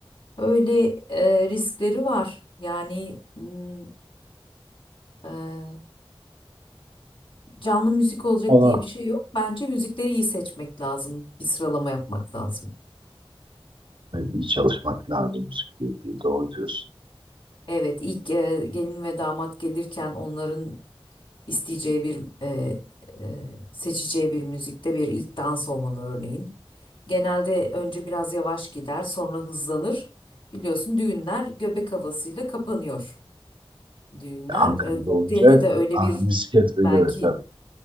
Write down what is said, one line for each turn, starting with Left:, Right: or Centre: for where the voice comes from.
Left: Öyle e, riskleri var. Yani mm, e, canlı müzik olacak
Right: Ama
Left: diye bir şey yok. Bence müzikleri iyi seçmek lazım. Bir sıralama yapmak lazım.
Right: hani iyi çalışmak lazım bisikletle. Doğru diyorsun.
Left: Evet ilk e, gelin ve damat gelirken onların isteyeceği bir e, e, seçeceği bir müzikte bir ilk dans olmalı örneğin. Genelde önce biraz yavaş gider, sonra hızlanır. Biliyorsun düğünler göbek havasıyla kapanıyor. Düğünler
Right: Ya Ankara'da
Left: e, kokteylde
Right: olacak.
Left: de öyle
Right: Aa,
Left: bir
Right: bisiklet
Left: belki
Right: ve göre tabii.